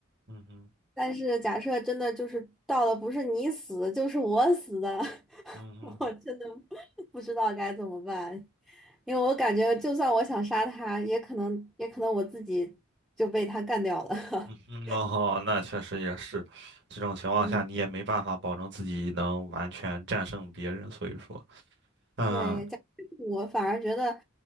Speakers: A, on the right; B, in the centre.
A: 嗯哼，
B: 但是假设真的就是到了不是你死就是我死的，<laughs>
A: 嗯哼，
B: 我真的不知道该怎么办。因为我感觉就算我想杀他，也可能也可能我自己就被他干掉了。
A: 嗯哼，
B: <laughs>
A: 哦，那确实也是，这种情况下你也没办法保证自己能完全战胜别人，
B: 嗯，
A: 所以说，嗯。
B: 对，加我反而觉得，